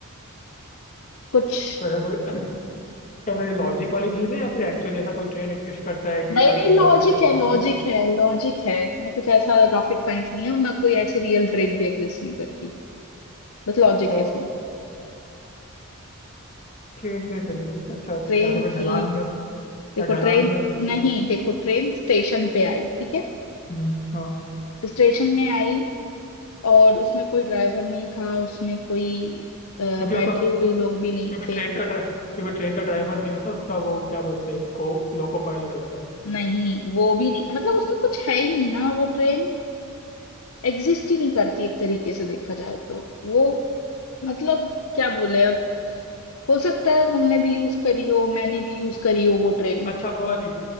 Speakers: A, on the left; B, on the left.
A: कुछ
B: तो ऐसा कोई <clears throat> क्या मतलब ये लॉजिक वाली चीज है या फिर एक्चुअली ऐसा कोई ट्रेन एग्जिस्ट करता है कि
A: नहीं
B: यार
A: नहीं
B: रिमोट
A: लॉजिक
B: से चलता
A: है
B: हो
A: लॉजिक है लॉजिक है इसमें कुछ ऐसा रॉकेट साइंस नहीं है और ना कोई ऐसी रियल ट्रेन भी एग्जिस्ट नहीं करती बस
B: <laughs>
A: लॉजिक
B: अच्छा तो
A: है इसमें
B: ट्रेन पे चलेगी अच्छा
A: ट्रेन
B: या तो फिर
A: थी
B: ढलान में हो-
A: देखो
B: या ढलान
A: ट्रेन
B: में होगी वो
A: नहीं देखो ट्रेन स्टेशन पे आई ठीक है
B: हम्म हाँ
A: स्टेशन में आई और उसमें कोई ड्राइवर नहीं था उसमें कोई अ,
B: क्योंकि
A: बैठे
B: उसका
A: हुए लोग
B: क्योंकि
A: भी नहीं थे
B: ट्रेन का ड्रा- क्योंकि ट्रेन का ड्राइवर नहीं होता उसका वो क्या बोलते हैं को लोको पायलट होता है
A: नहीं वो भी नहीं मतलब उसमें कुछ है ही नहीं ना वो ट्रेन एग्जिस्ट ही नहीं करती एक तरीके से देखा जाए तो वो मतलब क्या बोले अब हो सकता है तुमने भी यूज करी हो मैंने भी यूज करी हो वो ट्रेन
B: अच्छा वो वाली